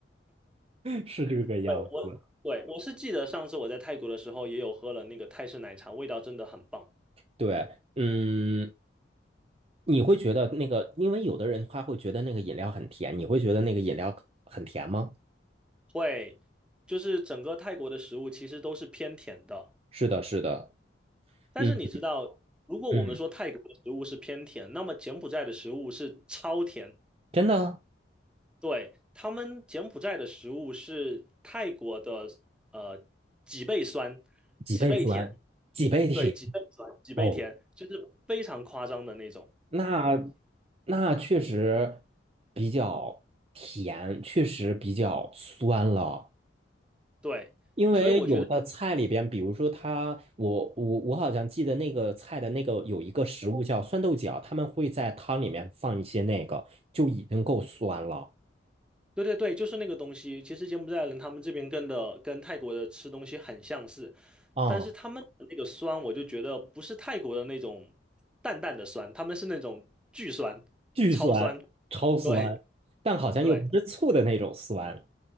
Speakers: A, on the right; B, in the centre.
A: <laughs> 是这个样子。
B: 对，我，对，我是记得上次我在泰国的时候也有喝了那个泰式奶茶，味道真的很棒。
A: 对，嗯，你会觉得那个，因为有的人他会觉得那个饮料很甜，你会觉得那个饮料很甜吗？
B: 会，就是整个泰国的食物其实都是偏甜的，
A: 是的，是的，
B: 但是你知道，
A: 嗯
B: 如果我们说泰国的食物是偏甜，
A: 嗯，
B: 那么柬埔寨的食物是超甜，
A: 真的啊
B: 对，他们柬埔寨的食物是泰国的呃几倍酸，
A: 几倍酸，
B: 几倍甜，
A: 几倍甜
B: 对，几倍酸，几倍甜，
A: 哦，
B: 就是非常夸张的那种。
A: 那那确实比较甜，确实比较酸了。
B: 对，
A: 因为有的菜里边，
B: 所以我觉得，
A: 比如说它，我我我好像记得那个菜的那个有一个食物叫酸豆角，他们会在汤里面放一些那个，就已经够酸了
B: 对对对，就是那个东西。其实柬埔寨人他们这边跟的跟泰国的吃东西很相似，
A: 啊，
B: 但是他们的那个酸，我就觉得不是泰国的那种淡淡的酸，他们是那种巨酸、
A: 巨酸，
B: 超酸。
A: 超酸，
B: 对
A: 但好像又不是醋的那种酸，
B: 对。